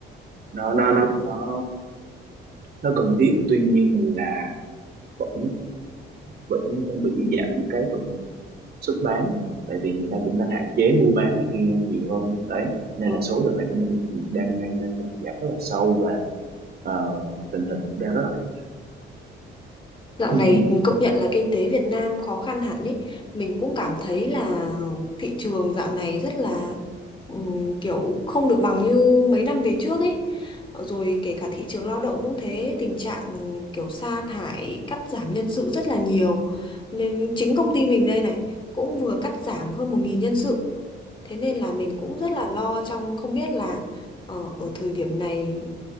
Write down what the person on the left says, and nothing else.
Ừ.
Dạo
này công nhận là kinh tế Việt Nam khó khăn hẳn ý. Mình cũng cảm thấy là thị trường dạo này rất là ừm, kiểu không được bằng như mấy năm về trước ấy. Rồi kể cả thị trường lao động cũng thế, tình trạng kiểu sa thải, cắt giảm nhân sự rất là nhiều. Nên chính công ty mình đây này cũng vừa cắt giảm hơn 1.000 nhân sự. Thế nên là mình cũng rất là lo trong không biết là ờ, ở thời điểm này